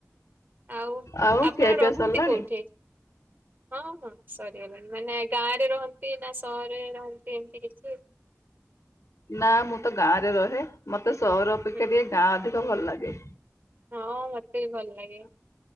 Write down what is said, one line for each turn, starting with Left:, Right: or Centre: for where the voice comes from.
Right: ଆଉ
Left: ଆଉ
Right: ଆପଣ
Left: ଖିଆ
Right: ରହନ୍ତି
Left: ପିଆ ସରିଲାଣି?
Right: କୋଉଠି? ହଁ ହଁ ସରିଗଲାଣି ମାନେ ଗାଁରେ ରହନ୍ତି ନା? ତରେ ରହଛି ଏମତି କିଛି
Left: ନା ମୁଁ ତ ଗାଁରେ ରହେ ମତେ ସହର ଅପେକ୍ଷା
Right: ହୁଁ
Left: ଟିକେ
Right: ହୁଁ।
Left: ଗାଁ ଅଧିକ ଭଲ ଲାଗେ।
Right: ହଁ ମତେ ବି ଭଲ ଲାଗେ।